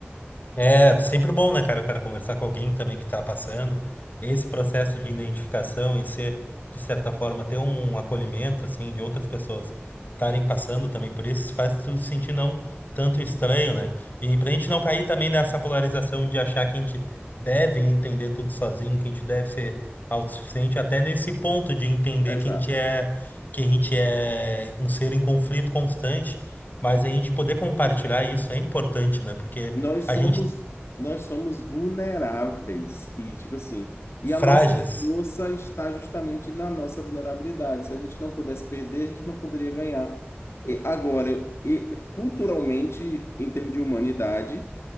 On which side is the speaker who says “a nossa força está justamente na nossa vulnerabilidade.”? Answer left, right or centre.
Left